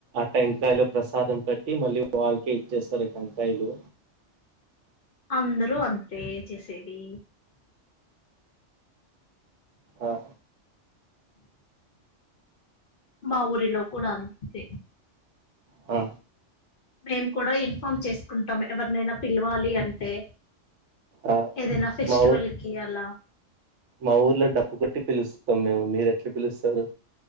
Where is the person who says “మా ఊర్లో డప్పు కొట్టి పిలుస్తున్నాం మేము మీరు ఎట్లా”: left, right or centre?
Right